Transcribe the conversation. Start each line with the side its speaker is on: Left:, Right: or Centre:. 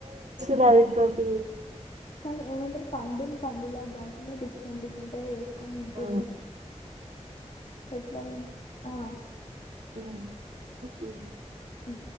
Right: రవిప్రటి
Left: కానీ ఏమంటారు పండుని పండులాగా కాకుండా డిఫరెంట్ డిఫరెంట్ చెస్ కొని తింటారు
Right: ఆ
Left: ఎట్లా తిం ఆ
Right: ఉ ఉం
Left: ఉం